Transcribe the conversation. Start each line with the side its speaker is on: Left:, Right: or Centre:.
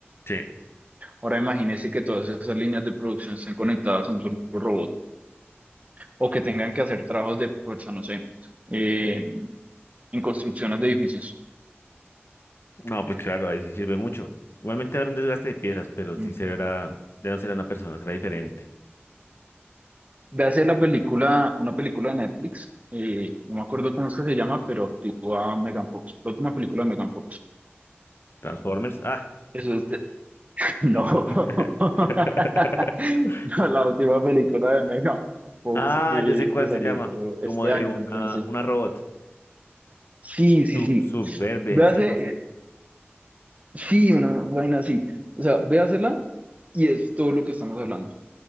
Left: Sí.
Right: Ahora imagínese que todas esas líneas de producción estén conectadas a un solo robot o que tengan que hacer trabajos de fuerza, no sé, eh, en construcciones de edificios.
Left: No, pues claro, ahí sí sirve mucho. Igualmente habrá un desgaste de piezas, pero sí
Right: Mm.
Left: se verá, ya no será una persona, será diferente.
Right: Véase la película, una película de Netflix, eh, no me acuerdo cómo es que se llama, pero actúa Megan Fox, la última película de Megan Fox.
Left: Transformers, ah.
Right: Eso es de-
Left: <laughs>
Right: No, <laughs> no, la última película de Megan Fox
Left: Ah,
Right: que,
Left: ya sé cuál
Right: que salió
Left: se llama,
Right: este
Left: como de
Right: año,
Left: una,
Right: yo no sé.
Left: una robot.
Right: Sí, sí,
Left: Sub,
Right: sí.
Left: Suburbans,
Right: Véase,
Left: algo
Right: eh,
Left: así.
Right: sí, una vaina así. O sea, véasela y es todo lo que estamos hablando,